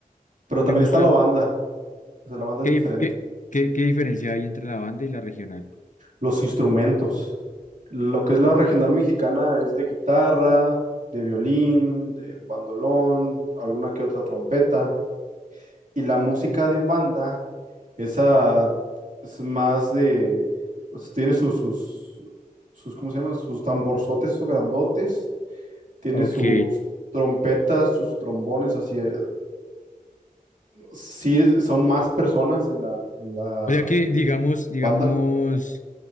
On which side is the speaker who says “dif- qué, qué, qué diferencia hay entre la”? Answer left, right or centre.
Left